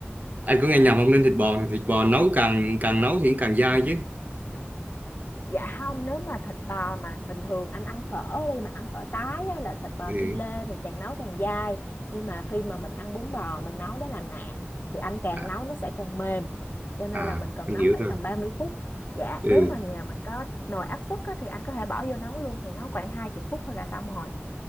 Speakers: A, on the right; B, on the left.
A: anh có nghe nhầm không ninh thịt bò thì thịt bò nấu càng càng nấu thì càng dai chứ
B: Dạ không, nếu mà thịt bò mà bình thường anh ăn phở đi mà ăn phở tái hay là thịt bò
A: ừ
B: phi lê thì càng nấu càng dai. Nhưng mà khi mà mình ăn bún bò mình nấu đó là nạm thì anh càng
A: à
B: nấu nó sẽ càng mềm. Cho nên
A: à
B: là mình cần
A: anh
B: nấu
A: hiểu
B: khoảng
A: rồi
B: tầm 30 phút. Dạ,
A: ừ
B: nếu mà nhà mình có nồi áp suất á, thì anh có thể bỏ vô nấu luôn thì nấu khoảng 20 phút thôi là xong rồi.